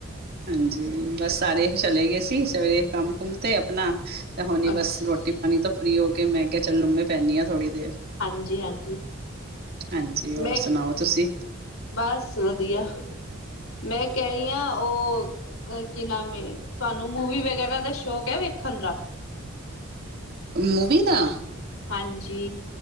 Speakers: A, on the right; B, on the left.
A: ਹਾਂਜੀ ਬਸ ਸਾਰੇ ਇਹ ਚਲੇ ਗਏ ਸੀ ਸਵੇਰੇ ਕੰਮ ਕੁਮ ਤੇ ਆਪਣਾ ਤੇ ਹੁਣ
B: ਅੱਛਾ
A: ਬਸ ਰੋਟੀ ਪਾਣੀ ਤੋਂ ਫ੍ਰਰੀ ਹੋ ਕੇ ਮੈਂ ਕਿਹਾ ਚੱਲ ਲੰਮੇ ਪੈਂਦੀ ਹਾਂ ਥੋੜ੍ਹੀ ਦੇਰ
B: ਹਾਂਜੀ ਹਾਂਜੀ
A: ਹਾਂਜੀ ਹੋਰ
B: ਮੈਂ
A: ਸੁਣਾਓ ਤੁਸੀਂ
B: ਬਸ ਵਧੀਆ ਮੈਂ ਕਹਿ ਰਹੀ ਹਾਂ ਉਹ ਅ ਕੀ ਨਾਮ ਹੈ ਤੁਹਾਨੂੰ ਮੂਵੀ ਵਗੈਰਾ ਦਾ ਸ਼ੌਕ ਹੈ। ਵੇਖਣ ਦਾ
A: ਮੂਵੀ ਦਾ
B: ਹਾਂਜੀ